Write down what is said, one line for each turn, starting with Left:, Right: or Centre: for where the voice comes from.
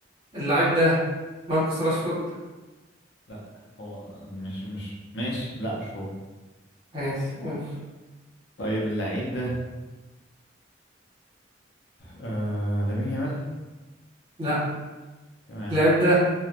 Right: اللاعب ده ماركوس راشفورد
Left: لا هو مش مش ماشي لا مش هو
Right: ماشي قول
Left: طيب اللعيب ده آه لامين يامال
Right: لا
Left: تمام
Right: اللاعب ده